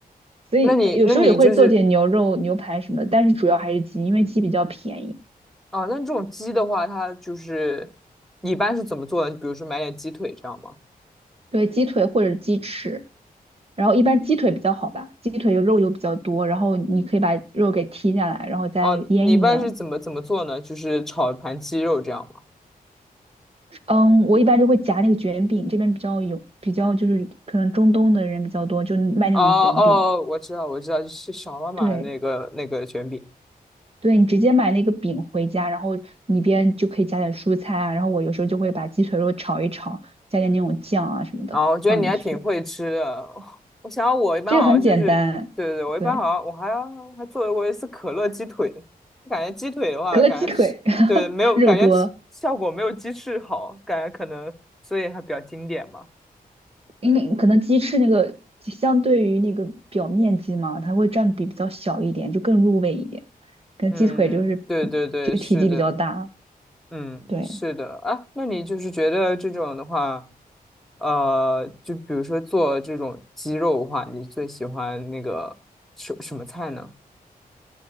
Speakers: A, in the centre; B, on the right (about 40°).
A: <laughs>
B: 所以有时候也会做点牛肉、
A: 那你那你就是
B: 牛排什么的，但是主要还是鸡，因为鸡比较便宜。
A: 哦，那这种鸡的话，它就是你一般是怎么做呢？比如说买点鸡腿这样吗？
B: 对，鸡腿或者鸡翅。然后一般鸡腿比较好吧，鸡腿肉油比较多，然后你可以把肉给剔下来，然后再腌一腌。
A: 哦、你一般是怎么怎么做呢？就是炒一盘鸡肉这样吗？
B: 嗯，我一般就会夹那个卷饼，这边比较有，比较就是可能中东的人比较多，就卖那种卷饼。
A: 哦哦，我知道我知道，就是小妈妈的那个那个卷饼
B: 对，对你直接买那个饼回家，然后里边就可以加点蔬菜啊，然后我有时候就会把鸡腿肉炒一炒，加点那种酱啊什么的放进去，
A: 啊，我觉得你还挺会吃的。<laughs> 我想我一般好像就是，
B: 这个很简单。
A: 对对对，我一般好像我还要还做过一次可乐鸡腿，
B: 对，
A: 感觉鸡腿的话，
B: 可乐鸡腿，
A: 感觉是对没有感觉效果没有鸡翅好，
B: <laughs> 肉多。
A: 感觉可能所以还比较经典吧。
B: 因为可能鸡翅那个相对于那个表面积嘛，它会占比比较小一点，就更入味一点。跟鸡腿就是
A: 嗯，对对对，
B: 就体积比较大，
A: 是的，嗯，
B: 对，
A: 是的啊。那你就是觉得这种的话，呃，就比如说做这种鸡肉的话，你最喜欢那个什什么菜呢？